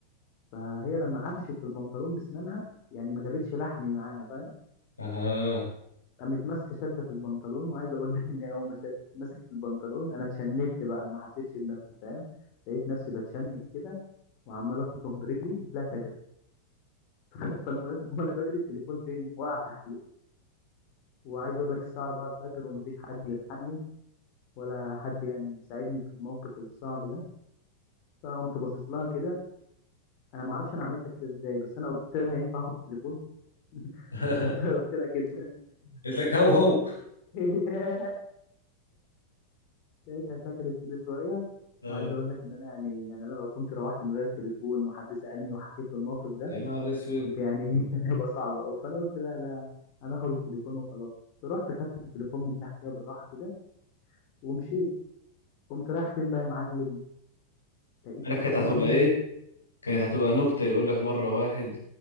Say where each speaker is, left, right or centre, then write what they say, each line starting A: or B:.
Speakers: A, on the left; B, on the left.
A: فهي لما قفشت في البنطلون بسنانها يعني ما جابتش لحمي معاها فاهم
B: أها
A: قامت ماسكه شده في البنطلون وعايز اقول لك ان هي اول ما شدت مسكت البنطلون انا اتشنكت بقى انا ما حسيتش بنفسي فاهم لقيت نفسي بتشنك كده وعمال افرك برجلي وطلعت اجري <laughs> فالمهم وانا بجري التليفون فين وقع تحتيها وعايز اقول لك الساعه 4 الفجر ومفيش حد يلحقني ولا حد يعني يساعدني في الموقف الصعب ده فقمت باصص لها كده انا ما اعرفش انا عملت كده ازاي بس انا قلت لها ينفع اخد التليفون <laughs>
B: <laughs>
A: والله قلت لها كده
B: قلت لك هو هو
A: <laughs> لقيتها سكتت كده شوية
B: آه.
A: وعايز أقول لك إن أنا يعني يعني أنا لو كنت روحت من غير التليفون وحد سألني وحكيت له الموقف ده
B: يا نهار اسود
A: كنت يعني <laughs> كان هيبقى صعب أوي فأنا قلت لا لا أنا آخد التليفون وخلاص رحت خدت التليفون من تحتيها بالراحة كده ومشيت قمت رايح فين بقى يا معلم لقيت
B: عارف كانت
A: وأنا
B: هتبقى
A: ماشي
B: ايه؟ كانت هتبقى نكتة يقول لك مرة واحد